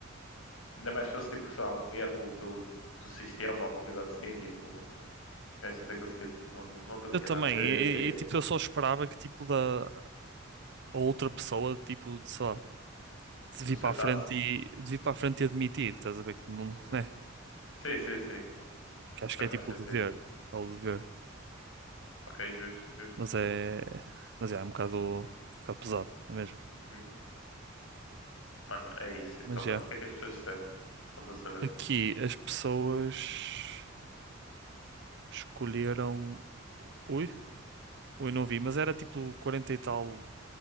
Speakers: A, on the left; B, on the right.
A: Ainda mais se fosse tipo, sei lá, um erro do, do sistema, alguma coisa assim, tipo, gajo até conseguir, não, não conseguia
B: Eu também.
A: nada. Eu,
B: E,
A: eu,
B: e, e,
A: eu
B: tipo, eu só esperava que tipo da a outra pessoa, tipo, sei lá, de
A: não
B: vir
A: sentasse?
B: para a frente e de vir para a frente e admitir, estás a ver que não,
A: Uhum.
B: né?
A: Sim, sim, sim.
B: Que acho
A: Faz
B: que é
A: mais
B: tipo
A: sentido.
B: o dever, é o dever.
A: Ok, justo, justo.
B: Mas é, mas é, é um bocado, um bocado pesado, não é mesmo?
A: Uhum. Mano, é isso então,
B: Mas
A: mano.
B: é.
A: O que é que as pessoas disseram? Só para saber.
B: Aqui as pessoas Escolheram. Ui, ui, não vi, mas era tipo 40 e tal.